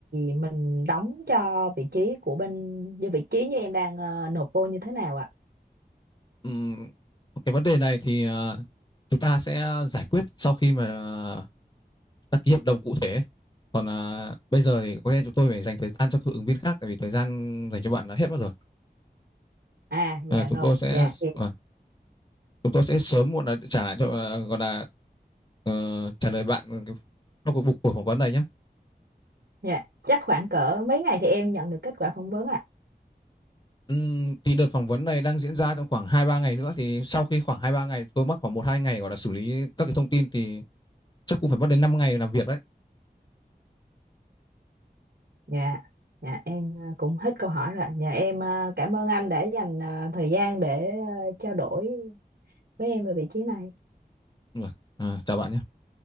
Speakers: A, on the right; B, on the left.
A: mình đóng cho vị trí của bên như vị trí như em đang ờ, nộp vô như thế nào ạ?
B: Ừm, cái vấn đề này thì à, chúng ta sẽ giải quyết sau khi mà uh, ta ký hợp đồng cụ thể còn à, bây giờ thì có lẽ chúng tôi phải dành thời gian cho các ứng viên khác tại vì thời gian dành cho bạn đã hết mất rồi
A: À dạ
B: à, chúng
A: rồi,
B: tôi sẽ
A: dạ thì
B: à, chúng tôi sẽ sớm muộn là trả lại cho ờ, gọi là ờ, trả lời bạn ờ, cái- trong cuộc buộc của phỏng vấn này nhé.
A: dạ chắc khoảng cỡ mấy ngày thì em nhận được kết quả phỏng vấn ạ.
B: Ừm, thì đợt phỏng vấn này đang diễn ra trong khoảng hai ba ngày nữa thì sau khi khoảng hai ba ngày tôi mất khoảng một hai ngày gọi là xử lý các cái thông tin thì chắc cũng phải mất đến 5 ngày làm việc đấy.
A: Dạ. Dạ em ờ, cũng hết câu hỏi rồi. ạ. Dạ em ờ, cảm ơn anh đã dành ờ, thời gian để ờ, trao đổi với em về vị trí này.
B: Ừ. À, chào bạn nhé.